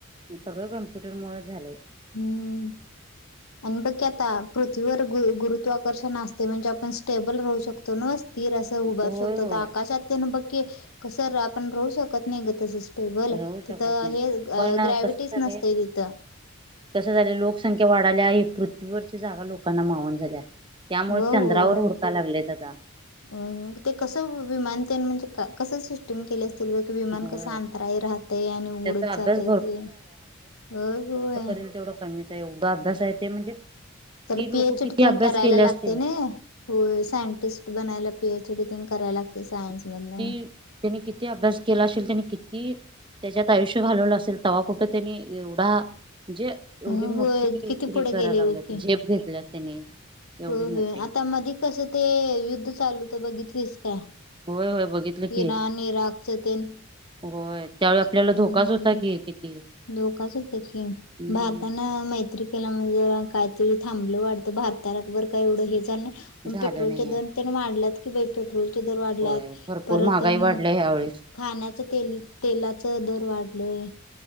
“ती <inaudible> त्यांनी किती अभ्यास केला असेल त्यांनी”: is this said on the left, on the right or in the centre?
Right